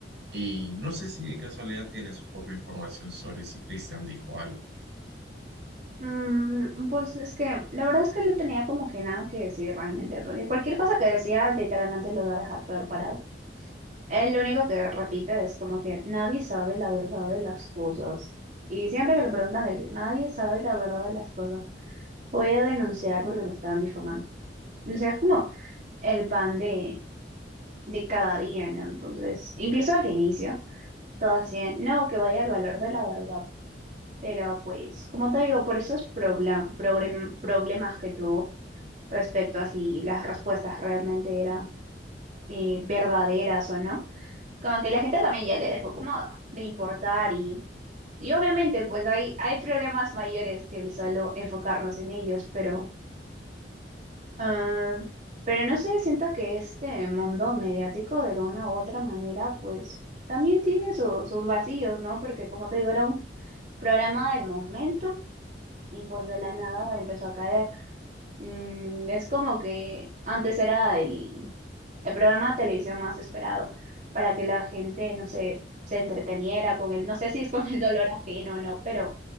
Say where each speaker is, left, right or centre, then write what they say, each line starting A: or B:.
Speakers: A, on the right; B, on the right.
A: Y no sé si de casualidad tienes un poco de información sobre si Cristian dijo algo.
B: Mm, pues es que la verdad es que no tenía como que nada que decir realmente, porque cualquier cosa que decía literalmente lo iba a dejar peor parado. Él lo único que repite es como que nadie sabe la verdad de las cosas. Y siempre que le preguntan, él, nadie sabe la verdad de las cosas. Voy a denunciar porque me estaban difamando. O sea, es como el pan de, de cada día, ¿no? Entonces, incluso al inicio. todo así, de, no, que vaya al valor de la verdad. Pero pues, como te digo, por esos probla- progrem- problemas que tuvo respecto a si las respuestas realmente eran eh, verdaderas o no, como que la gente también ya le dejó como de importar y, y obviamente pues hay, hay problemas mayores que el solo enfocarnos en ellos, pero, ah, pero no sé, siento que este mundo mediático de alguna u otra manera pues también tiene su- sus vacíos, ¿no? Porque como te digo, era un programa del momento y pues de la nada empezó a caer. Mm, es como que antes era el, el programa de televisión más esperado para que la gente, no sé, se entreteniera con el, no sé si es con el dolor ajeno o no, pero